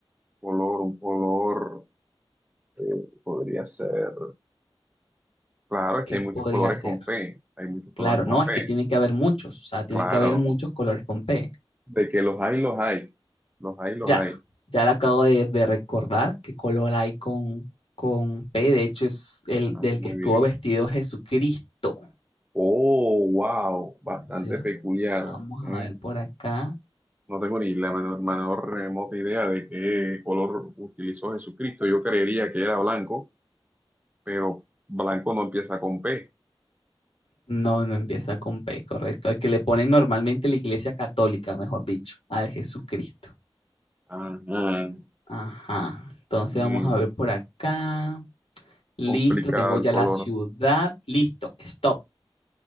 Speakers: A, on the right; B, on the left.
A: color, un color eh, podría ser. Claro, es
B: ¿Qué
A: que hay
B: podría
A: muchos colores
B: ser?
A: con P. Hay muchos
B: Claro,
A: colores
B: no,
A: con P.
B: es que tiene que haber muchos. O sea, tiene
A: Claro,
B: que haber muchos colores con P.
A: de que los hay, los hay. Los hay, los
B: Ya,
A: hay.
B: ya le acabo de, de recordar qué color hay con, con P. De hecho, es el
A: Ah,
B: del
A: muy
B: que estuvo
A: bien.
B: vestido Jesucristo.
A: Oh, wow, bastante
B: O sea,
A: peculiar.
B: vamos
A: ¿eh?
B: a ver por acá.
A: No tengo ni la menor, menor remota idea de qué color utilizó Jesucristo. Yo creería que era blanco, pero blanco no empieza con P.
B: No, no empieza con P, correcto. El que le ponen normalmente la iglesia católica, mejor dicho, al Jesucristo.
A: Ajá.
B: Ajá. Entonces
A: Mm,
B: vamos a ver por acá. Listo,
A: complicado
B: tengo ya
A: el color.
B: la ciudad. Listo, stop,